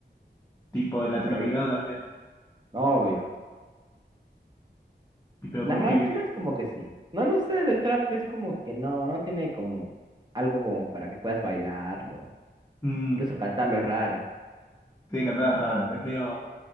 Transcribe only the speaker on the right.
Horrible.
Obvio.
Las
rancheras
como que sí. No, no sé, del trap es como que no, no tiene como algo como para que puedas bailarlo.
Incluso cantarlo es raro.